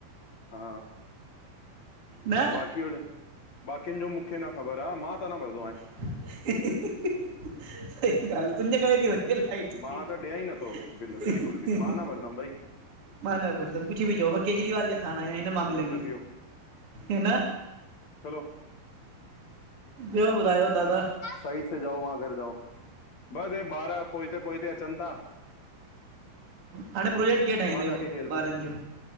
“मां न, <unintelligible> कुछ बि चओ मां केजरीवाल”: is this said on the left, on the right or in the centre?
Right